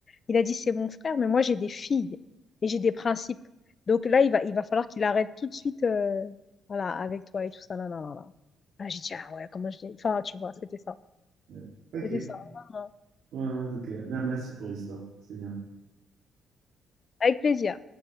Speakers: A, on the left; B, on the right.
A: il a dit, c'est mon frère, mais moi, j'ai des filles et j'ai des principes. Donc là, il va, il va falloir qu'il arrête tout de suite, euh, voilà, avec toi et tout ça. Non, non, non, non. Ah, j'ai dit, ah ouais, comment je dis. Enfin, tu vois, c'était ça.
B: ouais. Ok.
A: C'était
B: Ouais,
A: ça. Vraiment.
B: ouais, ok. Mer- Merci pour l'histoire, c'est bien.
A: Avec plaisir.